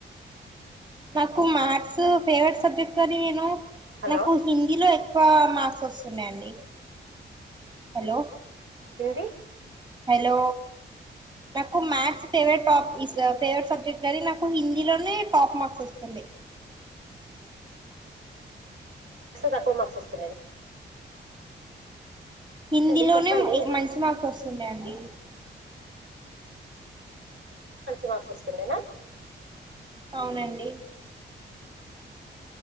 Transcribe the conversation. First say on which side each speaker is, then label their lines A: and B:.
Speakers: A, on the right; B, on the right.
A: నాకు మ్యాథ్స్ ఫేవరెట్ సబ్జెక్ట్ కినీ నేను
B: హలో
A: నాకు హిందీలో ఎక్ వి మార్క్స్ వొస్తున్నాయండి హలో
B: హిందీ
A: హలో నాకు maths favourite top is favourite subject కానీ నాకు హిందీలోనే టాప్ మార్క్స్ వస్తుంది
B: సో తక్కవ మార్క్స్ వస్తుం <inaudible>
A: హిందీలోనే
B: అండి చెప్పండి
A: మంచి మార్క్స్ వస్తుండే డి
B: మంచి మార్క్స్ వస్తుండేనా
A: అవునండి